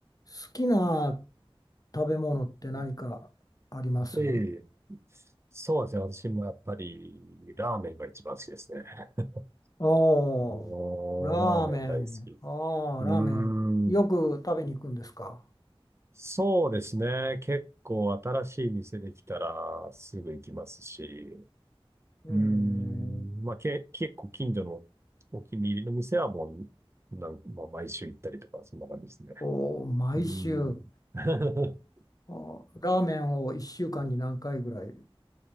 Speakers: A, on the left; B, on the right.
A: 好きな食べ物って何かあります
B: うんええ。そうですね。私もやっぱり、ラーメンが一番好きですね。<laughs>
A: ああー、
B: もう、
A: ラーメン。
B: ラーメン大好き。
A: ああ、
B: うーん。
A: ラーメン。よく食べに行くんですか
B: そうですね。結構新しい店できたらすぐ行きますし。
A: ええ。
B: うーん。まあ、け、結構近所のお気に入りの店はもう、なん、まあ、毎週行ったりとか、そんな感じですね。
A: おー毎週。
B: うーん。<laughs>
A: あーラーメンを1週間に何回ぐらい